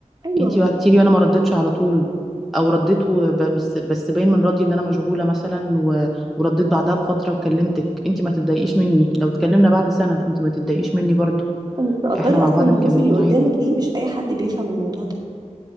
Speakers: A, on the right; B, in the centre.
A: ايوه
B: انتي بعتيلي وانا ما ردتش على طول او رديت وب- بس بس باين من ردي ان انا مشغوله مثلا و- ورديت بعدها بفتره وكلمتك انتي ما تتضايقيش مني لو اتكلمنا بعد سنه انتي ما تتضايقيش مني برضو
A: انك تقدري
B: احنا مع
A: اصلا
B: بعض
A: الظروف
B: مكملين
A: اللي قدامك
B: عادي
A: دي مش اي حد بيفهم الموضوع ده